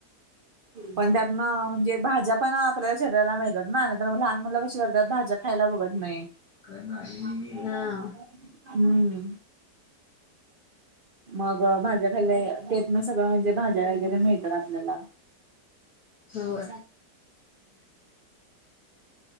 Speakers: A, on the right (about 75°); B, on the left (about 60°).
A: पण त्यातन म्हणजे भाज्या पण आपल्या शरीराला मिळतात ना नाही, तर मग लहान मुलं कशी करतात, भाज्या खायला बघत नाही.
B: हम्म
A: <unintelligible>
B: हा
A: हम्म मग भाज्या खाल्ल्या <inaudible> ना सगळं म्हणजे भाज्या <unintelligible> <inaudible> आपल्याला
B: होय
A: <inaudible>